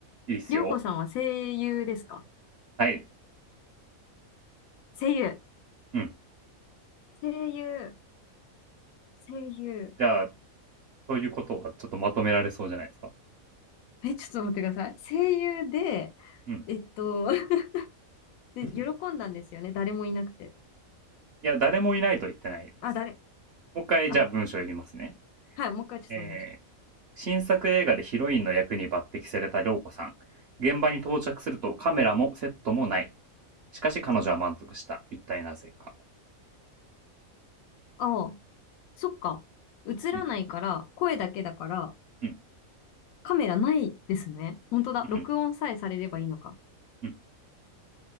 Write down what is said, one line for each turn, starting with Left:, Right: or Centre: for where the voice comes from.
Right: いいっすよ。
Left: りょうこさんは声優ですか
Right: はい。
Left: 声優。
Right: うん。
Left: 声優。声優。
Right: じゃあ、そういうことはちょっとまとめられそうじゃないですか。
Left: え、ちょっと待ってください。声優で、
Right: うん。
Left: えっと、<laughs> で、
Right: <laughs>
Left: 喜んだんですよね。誰もいなくて。
Right: いや、誰もいないとは言ってないですね。
Left: あ、誰、
Right: もう一回、
Left: あ、
Right: じゃあ文章を読みますね。
Left: はい、もう一回ちょっとお願いします。
Right: えー新作映画でヒロインの役に抜擢された涼子さん。現場に到着するとカメラもセットもない。しかし彼女は満足した。一体なぜか。
Left: ああ、そっか。映らないから、
Right: うん、
Left: 声だけだから、
Right: うん、
Left: カメラないですね。本当だ。録音さえされればいいのか。
Right: うん、うん。